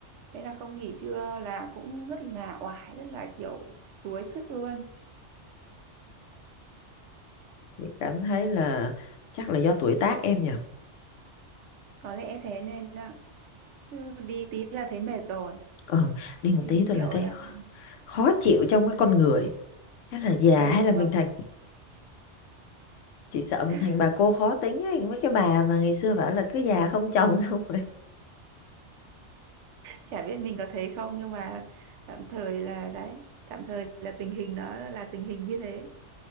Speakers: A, on the right; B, on the left.
A: Thế là không nghỉ trưa là cũng rất là oải, rất là kiểu đuối sức luôn.
B: chị cảm thấy là chắc là do tuổi tác em nhỉ
A: Có lẽ thế nên ạ. chứ đi tí là thấy mệt rồi.
B: ừ đi
A: Thấy
B: một tí thôi
A: kiểu
B: là thấy
A: là
B: khó khó chịu trong
A: ừ,
B: cái con người hay là già
A: ừ
B: hay là mình
A: mà
B: thành chị sợ
A: <laughs>
B: mình thành bà cô khó tính ấy mấy cái bà mà ngày xưa bảo là cứ già không chồng <laughs> xong rồi
A: chả biết mình có thấy không nhưng mà tạm thời là đấy, tạm thời là tình hình nó là tình hình như thế.